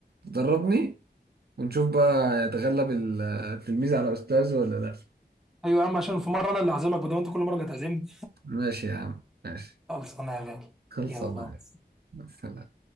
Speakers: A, on the right; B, in the centre.
A: تدربني ونشوف بقى يتغلب ال- التلميذ على استاذه ولا لا
B: ايوه يا عم عشان في مره انا اللي هعزمك بدل ما انت كل مره اللي تعزمني
A: ماشي يا عم ماشي
B: خلص انا يا غالي
A: خلصانه
B: يلا
A: سلام